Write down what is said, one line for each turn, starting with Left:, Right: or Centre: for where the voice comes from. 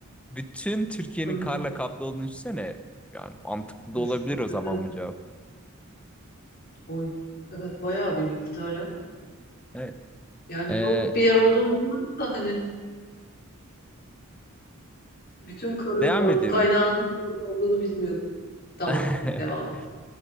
Centre: bütün Türkiye'nin
Left: Hı hı.
Centre: karla kaplı olduğunu düşünsene. Yani mantıklı da
Left: Üf,
Centre: olabilir
Left: hakikaten.
Centre: o zaman bu cevap.
Left: Oy. Evet bayağı bir miktar ya.
Centre: Evet.
Left: Yani
Centre: Ee,
Left: soğuk bir yer olduğunu biliyordum da hani bütün karın
Centre: <laughs> devam
Left: orada
Centre: ediyorum.
Left: kaynağının orada olduğunu bilmiyordum. Tamam,
Centre: <laughs>
Left: devam et.